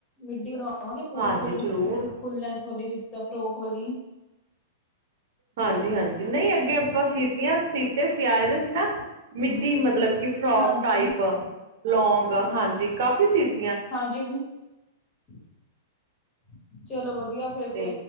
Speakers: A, on the left; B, on the right.
A: ਮਿਡੀ ਬਣਵਾਵਾਂਗੇ ਪੂਰੀ
B: ਹਾਂਜੀ
A: ਫੁੱਲ-
B: ਜ਼ਰੂਰ
A: ਫੁੱਲ ਲੈਂਥ ਵਾਲੀ ਜਿ ਦਾ ਫਰੋਕ ਵਾਲੀ
B: ਹਾਂਜੀ- ਹਾਂਜੀ ਨਹੀਂ ਅੱਗੇ ਆਪਾਂ ਸੀਤੀਆਂ ਸੀਤੇ ਸਿ ਆਏ ਦੇ ਸੀ ਨਾ ਮਿੱਡੀ ਮਤਲਬ ਕਿ ਫਰੋਕ
A: ਹਾਂਜੀ
B: ਟਾਈਪ, ਲੋਂਗ, ਹਾਂਜੀ ਕਾਫੀ ਸੀ ਸੀਤੇ
A: ਹਾਂਜੀ। <inaudible> ਚਲੋ ਵਧੀਆ ਫਿਰ
B: ਤੇ